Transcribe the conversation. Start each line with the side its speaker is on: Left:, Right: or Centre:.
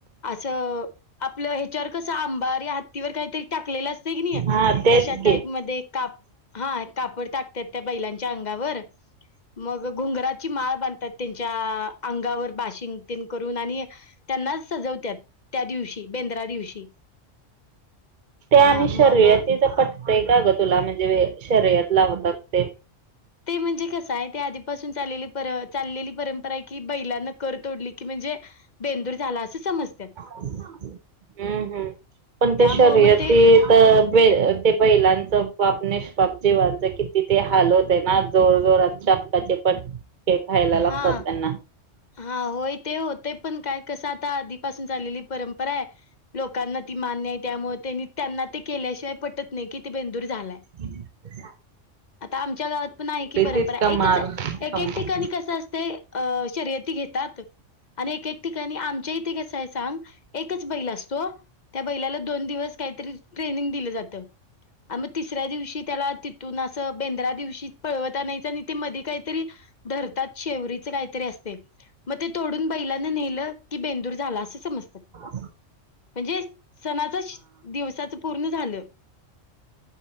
Left: असं आपलं ह्याच्यावर कसं अंबारी हत्तीवर काहीतरी टाकलेलं असतय कनी.
Right: हा तेच
Left: तशा
Right: की
Left: टाईप मध्ये का हा कापड टाकत्यात त्या बैलाच्या च्या अंगावर मग घुंगराची माळ बांधतात त्यांच्या अंगावर बाशिंग तेन करून आणि त्यांना सजवत्यात. त्या दिवशी बेंद्रा दिवशी.
Right: ते
Left: हा
Right: आणि
Left: मग
Right: शर्यतीच पटतंय का गं तुला म्हणजे शर्यत लावतात ते?
Left: ते म्हणजे कसं आहे ते आधीपासून चालेली चाललेली परंपरा आहे की, बैलांन कर तोडली की म्हणजे बेंदूर झाला असं समजत्यात.
Right: हम्म हम्म पण त्या
Left: त्यामुळं
Right: शर्यती
Left: मग ते
Right: तर ते बैलांच पाप निष्पाप जीवांच किती ते हाल होतंय ना जोर जोरात. चाबकाचे पटके खायला लागतात
Left: हा
Right: त्यांना.
Left: हा होय ते होतंय पण काय कसं आता आधीपासून चाललेली परंपरा आहे लोकांना ती मान्य आहे. त्यामुळे, आणि त्यांना ते केल्याशिवाय पटतं नाही की ते बेंदूर झालाय.
Right: ह
Left: आता आमच्या गावात पण आहे की परंपरा
Right: इतका मार
Left: एकच एक
Right: खाऊन
Left: एक
Right: हा
Left: ठिकाणी कसं असतंय शर्यती घेतात आणि एक एक ठिकाणी आमच्या इ ते कसं हाय सांग एकच बैल असतो त्या बैलाला दोन दिवस कायतरी ट्रेनिंग दिलं जातं. आम्ही तिसऱ्या दिवशी त्याला तिथून असं बेंद्र दिवशी पळवत आणायचं आणि ते मधी कायतरी धरतात शेवरीच काहीतरी असतयं. म ते तोडून बैलानं नेलं की बेंदूर झाला असं समजतात.
Right: ह्ं
Left: म्हणजे सणाचं दिवसाच पूर्ण झालं.